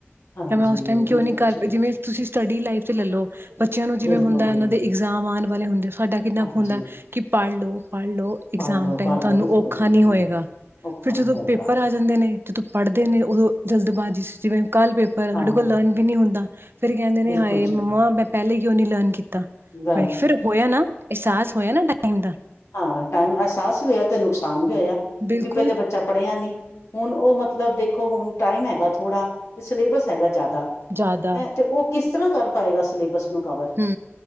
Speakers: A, on the left (about 85°); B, on the right (about 55°).
A: ਹਾਂਜੀ
B: ਜਾਂ ਮੈਂ ਉਸ ਮੈਂ
A: ਬਿਲਕੁਲ
B: ਕਿਉਂ ਨੀ ਕਰ
A: ਜੀ
B: ਜਿਵੇਂ ਤੁਸੀਂ ਸਟੱਡੀ ਲਾਈਫ ਤੇ ਲੈਲੋ, ਬੱਚਿਆਂ ਨੂੰ
A: ਬਿਲਕੁਲ
B: ਜਿਵੇਂ ਹੁੰਦਾ
A: ਜੀ
B: ਇਹਨਾਂ ਦੇ ਇਗਜ਼ਾਮ ਆਣ ਵਾਲੇ ਹੁੰਦੇ ਸਾਡਾ ਕਿੰਨਾ
A: ਹਾਂਜੀ
B: ਹੁੰਦਾ, ਕਿ ਪੜ੍ਹ ਲੋ ਪੜ੍ਹ ਲਓ, ਇਗਜ਼ਾਮ
A: ਪੜ੍ਹ ਲੋ
B: ਟਾਈਮ
A: ਪੜ੍ਹ ਲੋ
B: ਤੁਹਾਨੂੰ
A: ਬਿਲਕੁਲ
B: ਔਖਾ ਨੀ ਹੋਏਗਾ।
A: ਔਖਾ
B: ਫਿਰ ਜਦੋਂ
A: ਨੀ ਹੋਏ
B: ਪੇਪਰ
A: ਗਾ।
B: ਆ ਜਾਂਦੇ ਨੇ ਜਦੋਂ ਪੜ੍ਹਦੇ ਨੇ ਉਦੋਂ ਜਲਦਬਾਜ਼ੀ, ਜਿਵੇਂ ਕੱਲ ਪੇਪਰ
A: ਹਾਂ
B: ਤੁਡੇ ਉ ਲਰਨ ਵੀ ਨੀ ਹੁੰਦਾ, ਫਿਰ ਕਹਿੰਦੇ ਨੇ
A: ਬਿਲਕੁਲ
B: ਹਾਏ
A: ਜੀ।
B: ਮੰਮਾ ਮੈਂ ਪਹਿਲੇ ਕਿਉਂ ਨੀ ਲਰਨ ਕੀਤਾ
A: <inaudible>
B: ਮੈਂ ਕਿਹਾ ਫਿਰ ਹੋਇਆ ਨਾ ਅਹਿਸਾਸ ਹੋਇਆ ਨਾ ਟਾਈਮ ਦਾ
A: ਹਾਂ ਟਾਈਮ ਅਹਿਸਾਸ ਵੀ ਹੋਇਆ ਤੇ ਨੁਕਸਾਨ ਵੀ ਹੋਇਆ ਕਿਉਂਕਿ
B: ਬਿਲਕੁਲ
A: ਪਹਿਲੇ ਬੱਚਾ ਪੜ੍ਹਿਆ ਨੀ, ਹੁਣ ਉਹ ਮਤਲਬ ਦੇਖੋ ਹੁਣ ਟਾਈਮ ਹੈਗਾ ਥੋੜ੍ਹਾ ਤੇ ਸਿਲੇਬਸ ਹੈਗਾ ਜ਼ਿਆਦਾ
B: ਜ਼ਿਆਦਾ
A: ਹੈਂ ਤੇ ਉਹ ਕਿਸ ਤਰ੍ਹਾਂ ਕਰ ਪਾਏਗਾ ਸਿਲੇਬਸ ਨੂੰ ਕਵਰ
B: ਹੂੰ,